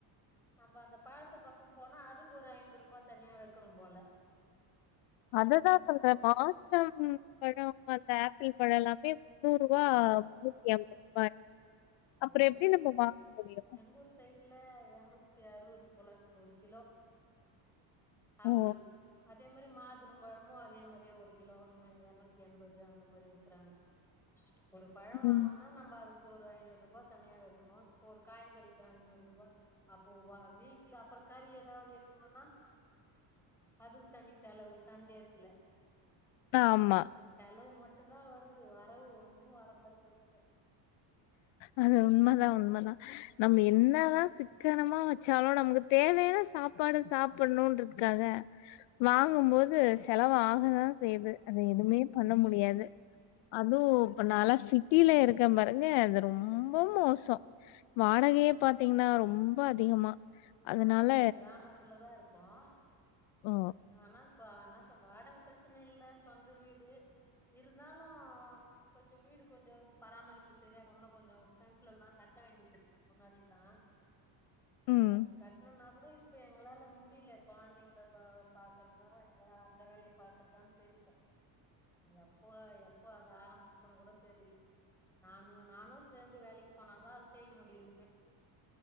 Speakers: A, in the centre; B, on the left.
A: நம்ப அந்த பழத்து பக்கோ போனா அதுக்கொரு ஐநூர்ருபா தனியா வெக்கணும் போல
B: அத தா சொல்றே மாதுளம் பழோ அந்த ஆப்பிள் பழோ எல்லா மே முன்னூர்ருவா
A: ஆமா
B: முன்னூத்தி அம்பதுருபா <inaudible>
A: அஹ்
B: அப்றோ
A: எங்க
B: எப்டி
A: ஊர்
B: நம்ம வாங்க முடியு
A: எங்க ஊர் சைடுல எர்நூத்தி அறுவது போல ஒரு கிலோ ஆப்பிள்
B: ஓ!
A: அதே மாரி மாதுளம்பழமு அதே மாரியே ஒரு கிலோன்னு எர்நூத்தி எண்பது அந்த மாரி விக்கறாங்க ஒரு பழோ வாங்கோண்னா
B: ம்.
A: நம்ப அதுக்கு ஒரு ஐநூர் ருபா தனியா வெக்கணு ஒரு காய்கறிக்கு ஐநூர்ருவா அப்போ வா வீட்ல அப்பறோ கறி எதாவ்து எடுக்கணுனா அதுக்கு தனி செலவு சண்டேஸ்ல
B: ஆமா
A: செலவு மட்டுந்தா வருது வரவு ஒன்னு வர மாரி தெர்ல
B: அது உண்மதா உண்மதா நம்ம என்னதா சிக் கனமா வச்சாலு நமக்கு தேவையான சாப்பாடு சாப்புட்ணுன்றதுக்காக வாங்கும்போது செலவு ஆகதா செய்யிது அத எதுமே பண்ண முடியாது அது இப்ப நாலா சிட்டில இருக்கம் பா அவங்க அது ரொம்போ மோசோ வாடகையே பாத்தீங்னா ரொம்ப அதிகமா அதனால
A: நாங்க கிராமத்துல தா இருக்கோ
B: ஓ!
A: ஆனா க்வா என்னா சொ வாடக ப்ரச்சன இல்ல சொந்த வீடு இருந்தாலு கொஞ்சோ வீடு கொஞ்சோ பராமரிப்பு சரியாக உன்னு கொஞ்சோ ஃப்ரண்ட்லல்லா கட்ட வேண்டியதிருக் முன்னாடில்லா
B: ம்.
A: அது கட்ணுன்னா கூட இப்ப எங்ளால முடியில கொழ்ந்தைங்ள வ பாக்கறதா இல்ல அந்த வேலைய பாக்கறதான் தெரில எப்போ அ எப்போ அத ஆரம்பிப்போன் கூட தெரில நானு நானு சேந்து வேலைக் போனாதா அது செய்ய முடியுமே